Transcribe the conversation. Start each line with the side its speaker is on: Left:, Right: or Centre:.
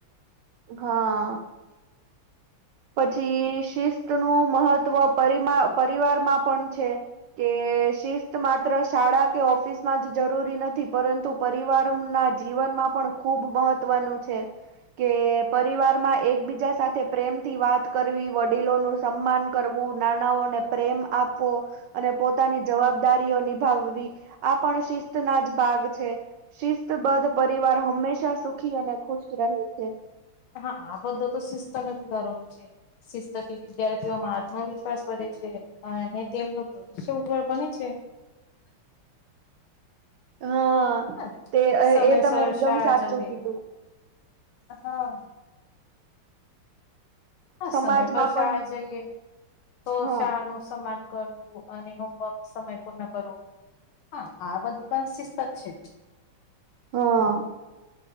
Right: હા. પછી શિસ્ત નું મહત્વ પરિમા પરિવારમાં પણ છે. કે શિસ્ત માત્ર શાળા કે, ઓફિસમાં જ જરૂરી નથી, પરંતુ પરિવાર ના જીવનમાં પણ ખૂબ મહત્વનું છે. કે પરિવારમાં એકબીજા સાથે પ્રેમ થી વાત કરવી, વડીલો નું સન્માન કરવું, નાનાઓને પ્રેમ આપવો. અને પોતાની જવાબદારીઓ નિભાવવી, આ પણ શિસ્તના જ ભાગ છે. શિસ્તબદ્ધ પરિવાર હંમેશા સુખી અને ખુશ રહે છે.
Left: હા, આ બધું તો સિસ્ટમ સુધારવાનું છે. શિસ્તથી વિદ્યાર્થીઓમાં આત્મવિશ્વાસ વધે છે. અને તેમનું પણ... શુભ ફળ બને છે.
Right: હા,
Left: હા
Right: તે
Left: સમયસર
Right: તમે એકદમ
Left: શાળા
Right: સાચું
Left: જઈએ
Right: કીધું.
Left: હા. હા,
Right: સમાજમાં
Left: સમય પર શાળાએ
Right: પણ
Left: જઈએ, તો
Right: હા
Left: શાળાનું સન્માન કરવું. અને હોમવર્ક સમય પર પૂર્ણ કરવું, હા, આ બધી શિસ્ત જ છે.
Right: હા,